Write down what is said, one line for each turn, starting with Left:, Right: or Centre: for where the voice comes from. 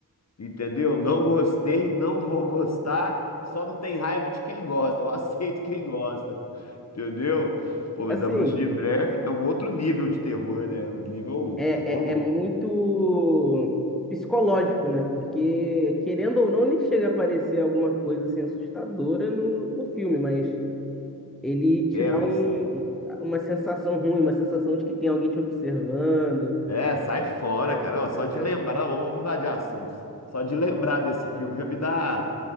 Left: Entendeu? Não gostei, não vou gostar, só não tem raiva de quem gosta. Eu aceito quem gosta, entendeu? Pô, mas
Centre: Assim,
Left: a Bruxa de Blair é um outro nível de terror, né? Um nível.
Centre: é,
Left: Ô, louco.
Centre: é, é muito psicológico, né? Porque, querendo ou não, nem chega a aparecer alguma coisa assim assustadora no, no filme, mas ele te
Left: É,
Centre: dá
Left: mas.
Centre: um, uma sensação ruim, uma sensação de que tem alguém te observando.
Left: É, sai fora,
Centre: É,
Left: cara. Ó, só
Centre: pois
Left: de
Centre: é.
Left: lembrar, ó, vamos mudar de assunto. Só de lembrar desse filme já me dá.